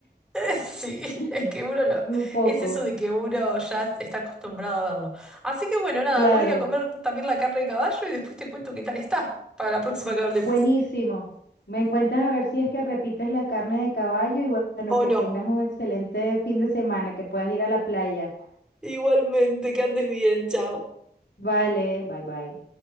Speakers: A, in the centre; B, on the left.
A: <laughs> sí,
B: <laughs>
A: es que uno lo,
B: un poco,
A: es eso de que uno ya está acostumbrado a verlo. Así que bueno, nada,
B: claro,
A: voy a ir a comer también la carne de caballo y después te cuento qué tal está para la próxima que hablemos.
B: buenísimo.
A: <laughs>
B: Me cuentas a ver si es que repites la carne de caballo y bueno,
A: O
B: que
A: no.
B: tengas un excelente fin de semana, que puedas ir a la playa.
A: Igualmente, que andes bien, chao.
B: Vale, bye bye.